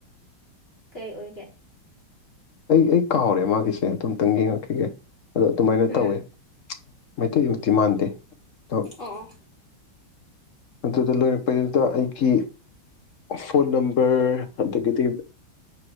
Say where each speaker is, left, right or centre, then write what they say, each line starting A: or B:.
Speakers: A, on the left; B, on the left.
A: ꯀꯩ ꯑꯣꯏꯒꯦ
B: ꯑꯩ ꯑꯩ ꯀꯥꯎꯔꯦ ꯃꯥꯒꯤꯁꯦ ꯦ ꯑꯗꯨꯝꯛꯇꯪ ꯌꯦꯡꯉꯛꯈꯤꯒꯦ ꯑꯗꯣ ꯑꯗꯨꯃꯥꯏꯅ
A: ꯎꯝ
B: ꯇꯧꯋꯦ ꯃꯩꯇꯩꯃꯛꯇꯤ ꯃꯥꯟꯗꯦ ꯑꯗꯣ
A: ꯑꯣ
B: ꯑꯗꯨꯗ ꯂꯣꯏꯔ ꯗꯨꯗ ꯑꯩꯒꯤ ꯐꯣꯟ ꯅꯝꯕꯔ ꯑꯗꯒꯤꯗꯤ